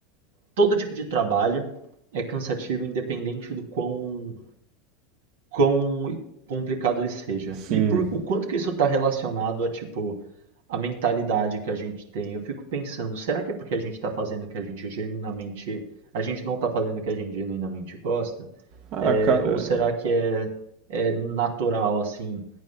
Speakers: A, on the right; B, on the right.
A: todo tipo de trabalho é cansativo, independente do quão, quão complicado ele seja.
B: Sim.
A: E por, o quanto que isso está relacionado a, tipo, a mentalidade que a gente tem. Eu fico pensando, será que é porque a gente está fazendo o que a gente genuinamente, a gente não está fazendo o que a gente genuinamente gosta?
B: Ah,
A: É,
B: cara.
A: ou será que é, é natural assim?